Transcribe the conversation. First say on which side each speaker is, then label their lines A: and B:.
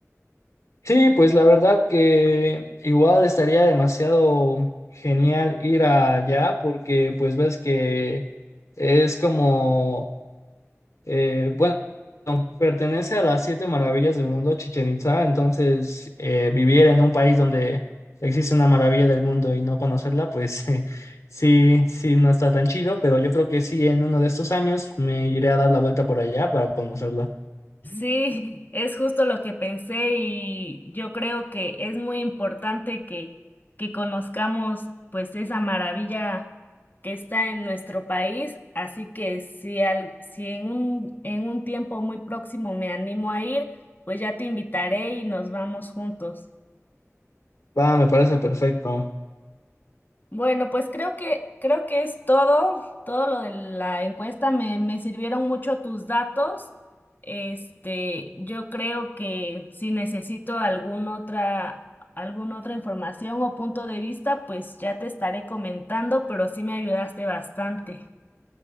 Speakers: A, on the left; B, on the left.
A: Sí, pues la verdad que igual estaría demasiado genial ir allá porque pues ves que es como Eh, bueno, pertenece a las siete maravillas del mundo, Chichen Itza, entonces eh, vivir en un país donde existe una maravilla del mundo y no conocerla, pues <laughs> eh, sí, sí, no está tan chido, pero yo creo que sí, en uno de estos años me iré a dar la vuelta por allá para conocerla.
B: Sí, es justo lo que pensé y yo creo que es muy importante que, que conozcamos pues esa maravilla que está en nuestro país, así que si, al, si en un, en un tiempo muy próximo me animo a ir, pues ya te invitaré y nos vamos juntos.
A: Va, me parece perfecto.
B: Bueno, pues creo que, creo que es todo, todo lo de la encuesta. Me, me sirvieron mucho tus datos. Este, yo creo que si necesito alguna otra, alguna otra información o punto de vista, pues ya te estaré comentando, pero sí me ayudaste bastante.